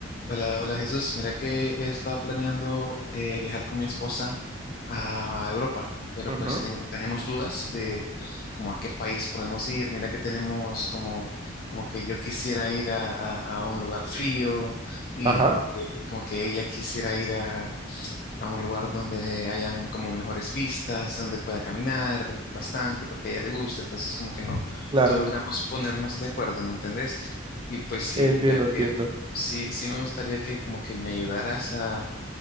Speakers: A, on the left; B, on the right.
A: Hola, hola Jesús. Mira que he estado planeando eh, viajar con mi esposa a Europa, pero
B: Ujú,
A: pues ten- tenemos dudas de como a qué país podemos ir. Mira que tenemos como, como que yo quisiera ir a, a- a un lugar frío y
B: Ajá,
A: como que, como que ella quisiera ir a, a un lugar donde hayan como mejores vistas, donde pueda caminar bastante porque a ella le gusta, entonces como que no,
B: Claro,
A: no logramos ponernos de acuerdo, ¿me entendés? Y pues sí,
B: entiendo,
A: ya
B: entiendo.
A: que sí, sí me gustaría que como que me ayudaras a